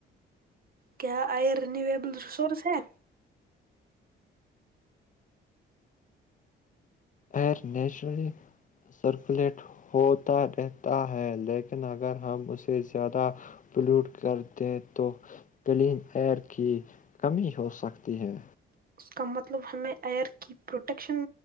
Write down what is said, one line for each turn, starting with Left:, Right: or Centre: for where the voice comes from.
Right: کیا آئر ریبل ریسورس ہے
Left: ایئر نیچرلی سرکولیٹ ہوتا رہتا ہے لیکن اگر ہم اسے زیادہ پلیوٹ کر دیں تو کلین ایئر کی کمی ہو سکتی ہے
Right: اس کا مطلب ہمیں ایئر کی پروٹیکشن